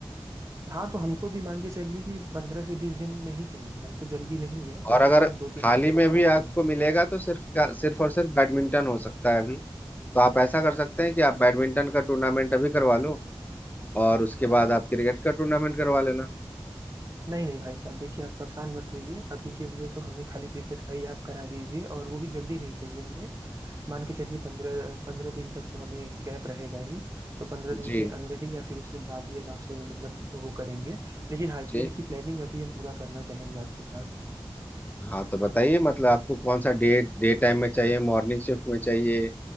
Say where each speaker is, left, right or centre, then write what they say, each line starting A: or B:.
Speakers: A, on the right; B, on the left.
A: हाँ तो हमको भी मान के चलिए कि पंद्रह से बीस दिन में ही चाहिए हमको जल्दी नहीं है कम
B: और अगर
A: से कम दो तीन
B: खाली
A: हफ्ते
B: में
A: का
B: भी
A: गैप
B: आपको
A: है
B: मिलेगा तो सिर्फ का, सिर्फ और सिर्फ बैडमिंटन हो सकता है अभी तो आप ऐसा कर सकते हैं कि आप बैडमिंटन का टूर्नामेंट अभी करवा लो और उसके बाद आप क्रिकेट का टूर्नामेंट करवा लेना
A: नहीं नहीं भाई साहब देखिए आप परेशान मत होइए अभी के लिए तो हमें खाली क्रिकेट का ही आप करा दीजिए और वो भी जल्दी नहीं चाहिए हमें मान के चलिए पंद्रह पंद्रह दिन तक तो हमें गैप रहेगा ही तो पंद्रह दिन
B: जी
A: के अंदर ही या फिर उससे बाद ही हम आपसे मतलब वो करेंगे लेकिन हाँ
B: जी
A: ये है कि प्लानिंग अभी हम पूरा करना चाहेंगे आपके साथ
B: हाँ तो बताइए मतलब आपको कौन सा डे डे टाइम में चाहिए मॉर्निंग शिफ्ट में चाहिए